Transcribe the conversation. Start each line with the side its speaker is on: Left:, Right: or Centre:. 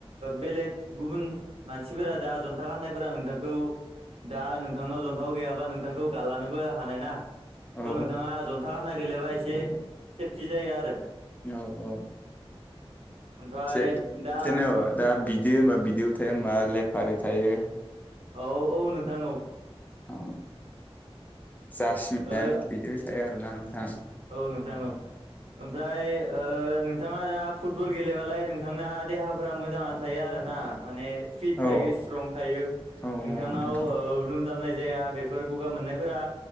Right: बेलेग गुबुन मानसिफोरा दा जन्था गाननायफोरा नोंथांखौ दा नोंथांनाव जन्था गैयाबा नोंथांखौ गालानोबो हानाय ना
Left: औ
Right: स' नोंथाङा जन्था गानना गेलेबा एसे सेफटि जायो आरो
Left: औ औ
Right: ओमफ्राय
Left: से
Right: दा
Left: जेनेबा दा बिदि होनबा बिदैयाव थाया मा लेफारि थायो
Right: औ औ नोंथां औ
Left: औ जासमेन
Right: ओ
Left: बिदिबो थायो आरोना नोंथां
Right: औ नोंथां औ ओमफ्राय नोंथाङा दा फुटबल गेलेबालाय नोंथांना देहाफोरा मोजाङानो थायो आरोना माने फिट
Left: औ
Right: थायो स्ट्रं थायो
Left: औ
Right: नोंथांनाव
Left: नोंथां
Right: लोमजानाय जाया बे बेफोर गगा मोननायफोरा